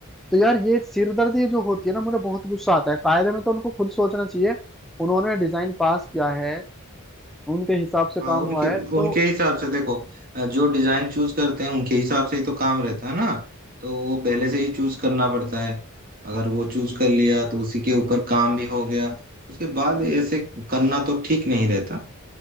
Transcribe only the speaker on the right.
हाँ
उनके
उनके हिसाब से देखो अ, जो डिजाइन चूज करते हैं उनके हिसाब से ही तो काम रहता है ना तो वो पहले से ही चूज करना पड़ता है अगर वो चूज कर लिया तो उसी के ऊपर काम भी हो गया उसके बाद ऐसे करना तो ठीक नहीं रहता